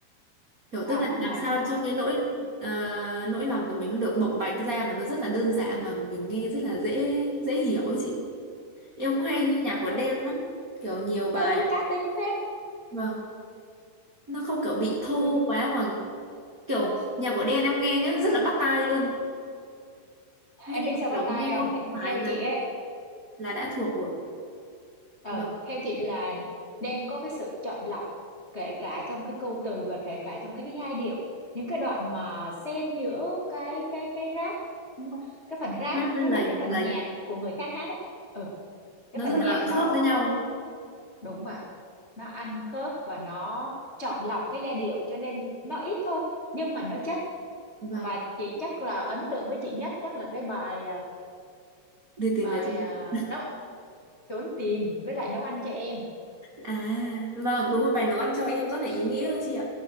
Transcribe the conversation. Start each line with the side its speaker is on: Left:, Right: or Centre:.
Right: kiểu
Left: à
Right: tức là
Left: có một
Right: làm
Left: bài không
Right: sao
Left: phải
Right: cho cái lỗi ờ, nỗi lòng của mình được bộc bạch ra mà nó rất là đơn giản mà mình nghe rất là dễ dễ hiểu ấy chị em cũng hay
Left: ừ,
Right: nghe nhạc của
Left: cái,
Right: Đen lắm kiểu nhiều bài
Left: ừ cá tính phết
Right: vâng nó không kiểu bị thô
Left: ừ,
Right: quá mà kiểu nhạc của Đen em nghe nhá rất là bắt tai luôn nghe
Left: em biết
Right: mà
Left: sao bắt
Right: kiểu
Left: tay
Right: nghe
Left: không
Right: có
Left: Thế-
Right: vài
Left: theo
Right: lần
Left: chị ấy
Right: là đã thuộc rồi
Left: Ờ,
Right: và
Left: theo chị là nên có cái sự chọn lọc kể cả trong cái câu từ và kể cả trong cái, cái giai điệu những cái đoạn mà xen giữa cái cái cái rap m- cái phần rap
Right: rap với
Left: với
Right: lời
Left: lại cái phần
Right: lời
Left: nhạc
Right: nhạc
Left: của người khác hát á ừ cái
Right: nó
Left: phần
Right: rất
Left: nhạc
Right: là
Left: đó
Right: khớp
Left: nó
Right: với nhau
Left: nó đúng vậy nó ăn khớp và nó chọn lọc cái giai điệu cho nên nó ít thôi nhưng mà nó chất
Right: vâng
Left: và chị chắc là ấn tượng với chị nhất chắc là cái bài à,
Right: đưa tiền
Left: bài
Right: về cho mình
Left: à, nấu trốn tìm với lại nấu ăn cho em
Right: à vâng đúng rồi bài nấu ăn cho em rất là ý nghĩa chị ạ